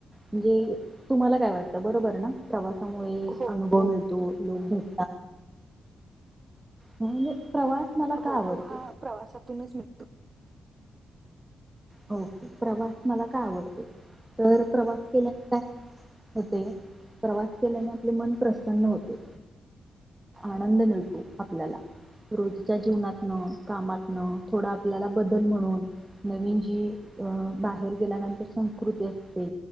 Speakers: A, on the right (about 20°); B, on the right (about 40°).
A: म्हणजे तुम्हाला काय वाटतं बरोबर ना प्रवास मुळे
B: हो
A: अनुभव
B: हो
A: मिळतो.
B: हो
A: लोक भेट नाही म्हणजे प्रवास मला का
B: हो,
A: आवडतो
B: आणि हा प्रवासातूनच मिळतो.
A: हो प्रवास मला का आवडत? तर प्रवास केल्याकाय होते प्रवास केल्याने आपले मन प्रसन्न होते, आनंद मिळतो आपल्याला. रोजच्या जीवनातन, कामातन थोडा आपल्याला बदल म्हणून नवीन जी जी अ बाहेर गेल्यानंतर संस्कृती असते,